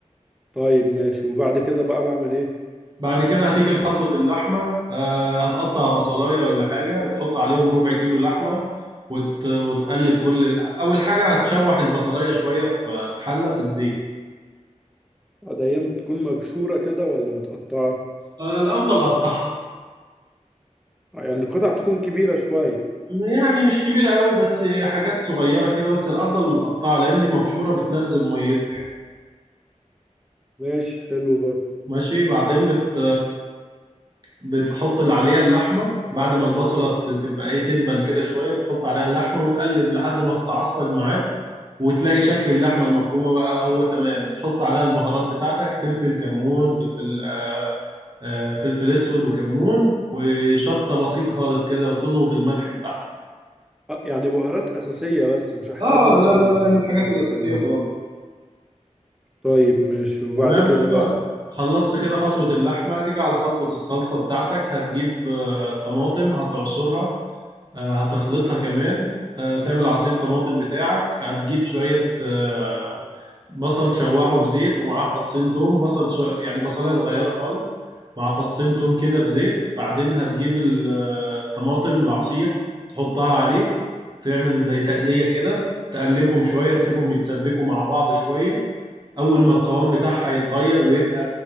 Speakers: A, in the centre; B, on the right.
A: طيب ماشي وبعد كده بقى بعمل ايه
B: بعد كده هتيجي لخطوة اللحمة آه هتقطع بصلاية ولا حاجة وتحط عليهم ربع كيلو لحمة وت... وتقلب كل أول حاجة هتشوح البصلاية شوية في في حلة في الزيت
A: آه، ده هي بتكون مبشورة كده ولا متقطعة
B: آه الأفضل قطعها
A: آه، يعني القطع تكون كبيرة شوية
B: يعني مش كبيرة قوي بس حاجات صغيرة كده بس الأفضل متقطعة لأن مبشورة بتنزل ميتها يعني
A: ماشي حلو برضه
B: ماشي بعدين بت بتحط اللي عليها اللحمة بعد ما البصلة ت- تبقى ايه تدبل كده شوية بتحط عليها اللحمة وتقلب لحد ما تتعصج معاك وتلاقي شكل اللحمة المفرومة بقى هو تمام بتحط عليها البهارات بتاعتك فلفل كمون فلفل آه آه فلفل اسود وكمون وشطة بسيطة خالص كده وتظبط الملح بتاعها
A: آه، يعني بهارات أساسية بس مش هحتاج
B: اه
A: مثلا
B: لا لا
A: الحاجات
B: لا الحاجات الأساسية
A: التانية دي
B: خالص
A: طيب ماشي وبعد
B: تمام
A: كده
B: كده
A: بقى
B: خلصت كده خطوة اللحمة تيجي على خطوة الصلصة بتاعتك هتجيب آه، طماطم هتعصرها آه، هتخلطها كمان آه، تعمل عصير طماطم بتاعك هتجيب شوية آه، بصل تشوحه في زيت ومعاه فصين توم بصل شو... يعني بصلاية صغيرة خالص مع فصين توم كده في زيت بعدين هتجيب ال- آه، الطماطم العصير تحطها عليه تعمل زي تقلية كده تقلبهم شوية تسيبهم يتسبكوا مع بعض شوية أول ما القوام بتاعها يتغير ويبقى